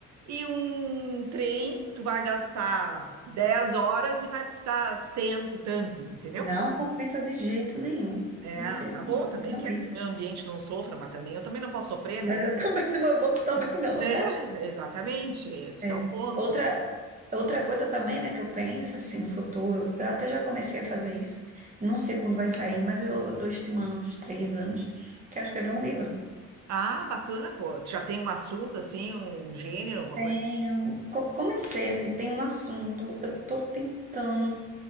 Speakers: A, on the right (about 65°); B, on the right (about 25°).
A: e um trem, tu vai gastar 10 horas e vai custar cento e tantos, entendeu?
B: Não compensa de jeito nenhum.
A: É,
B: De jeito
A: tá bom,
B: nenhum.
A: também
B: Realmente.
A: quero que meu ambiente não sofra, mas também eu também não posso sofrer,
B: Mas
A: né?
B: eu <laughs> também, no meu bolso também não.
A: É, exatamente, esse
B: É.
A: que é o ponto.
B: Outra, outra coisa também, né, que eu penso, assim, no futuro, eu até já comecei a fazer isso. Não sei quando vai sair, mas eu, eu tô estimando uns três anos, que é escrever um livro.
A: Ah, bacana, pô. Tu já tem um assunto assim, um gênero, alguma
B: Tenho,
A: coisa?
B: co- comecei assim, tem um assunto, eu tô tentando